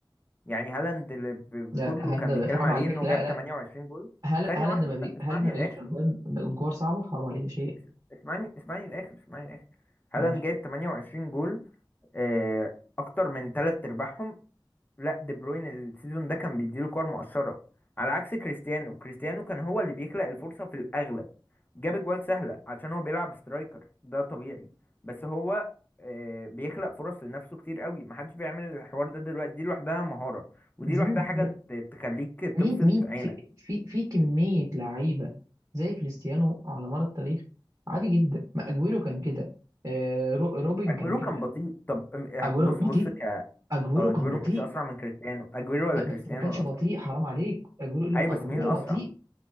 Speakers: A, on the left (about 20°); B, on the right (about 45°).
A: يعني هالاند اللي ب-
B: لا
A: كله
B: هالاند
A: كان بيتكلم
B: حرام
A: عليه
B: عليك
A: إنه
B: لا
A: جاب 28
B: لا
A: جول
B: هالا-
A: ثانية
B: هالاند
A: واحدة
B: ما
A: ف-
B: بي...
A: اسمعني
B: هالاند ما بيجيبش
A: للآخر
B: أجوان من كور صعبة حرام عليك يا شيخ
A: اس- اسمعني اسمعني للآخر اسمعني للآخر هالاند
B: ماشي
A: جايب 28 جول آه، اكتر من تلات ارباعهم لا دي بروين السيزون ده كان بيديله كور مؤشرة على عكس كريستيانو كريستيانو كان هو اللي بيخلق الفرصة في الاغلب جاب اجوال سهلة عشان هو بيلعب سترايكر ده طبيعي بس هو آه، بيخلق فرص لنفسه كتير قوي محدش بيعمل الحوار ده دلوقتي دي لوحدها مهارة ودي
B: ازاي
A: لوحدها
B: ما
A: حاجة
B: فيش بقى؟
A: ت- تخليك تبسط
B: مين مين
A: عينك
B: في في في كمية لعيبة زي كريستيانو على مر التاريخ عادي جدا ما أجويرو كان كده آه، رو- روبن
A: اجويرو
B: كان كده
A: كان بطيء طب أم- آه،
B: اجويرو
A: بص
B: كان بطيء
A: بص ك آه،
B: اجويرو
A: اجويرو
B: كان بطيء
A: مش اسرع من كريستيانو اجويرو ولا
B: ب-
A: كريستيانو
B: بس ما كانش بطيء
A: الاسرع
B: حرام عليك اجويرو اللي
A: ايوه
B: اجويرو
A: بس مين الاسرع
B: بطيء